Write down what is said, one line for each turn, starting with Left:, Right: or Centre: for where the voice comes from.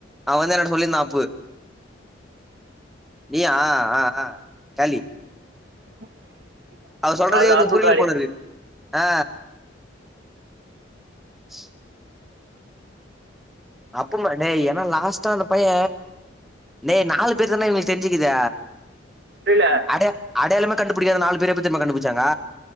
Centre: அவ வந்து என்னட்ட சொல்லிருந்தா அப்பு நீயா ஆ ஆ காலி
Right: <inaudible>
Centre: அவர் சொல்றதே
Right: நாலு
Centre: இவனுக்கு
Right: ஆப்பு
Centre: புரில
Right: காலி
Centre: போலருக் ஆ <inaudible> அப்பும டேய் ஏனா லாஸ்ட்டா அந்த பைய டேய் நாலு பேர்தான இவங்களுக்கு தெரிஞ்சுக்குது
Right: புரியல
Centre: அடை அடையாளமே கண்டு புடிக்காத நாலு பேர எப்டி தெரியுமா கண்டுபுடிச்சாங்க